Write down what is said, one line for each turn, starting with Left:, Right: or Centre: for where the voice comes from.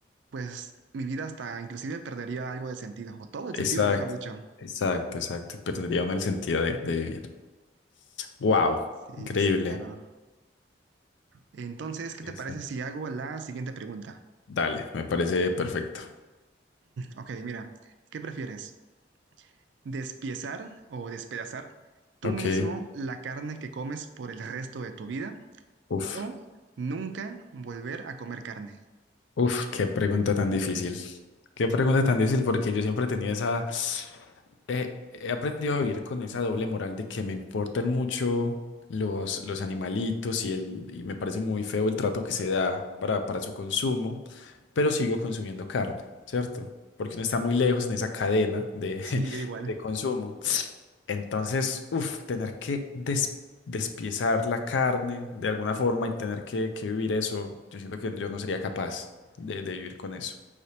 Right: pues mi vida hasta inclusive perdería algo de sentido, o todo el
Left: exacto,
Right: sentido, mejor dicho.
Left: exacto, exacto, perdería uno el sentido de, de vivir. Wow,
Right: Sí,
Left: increíble.
Right: sí, claro. Entonces, ¿qué
Left: Listo.
Right: te parece si hago la siguiente pregunta?
Left: Dale, me parece perfecto.
Right: Ok, mira, ¿qué prefieres? despiezar o despedazar tú
Left: Ok,
Right: mismo la carne que comes por el resto de tu vida
Left: uf,
Right: o nunca volver a comer carne.
Left: uf, qué pregunta tan difícil. Qué pregunta tan difícil porque yo siempre he tenido esa... eh, he aprendido a vivir con esa doble moral de que me importan mucho los, los animalitos y, el, y me parece muy feo el trato que se da para, para su consumo, pero sigo consumiendo carne, ¿cierto? Porque uno está muy lejos en esa cadena de, <laughs>
Right: Sí, yo igual.
Left: de consumo. Entonces, uff, tener que des- despiezar la carne de alguna forma y tener que, que vivir eso, yo siento que yo no sería capaz de, de vivir con eso.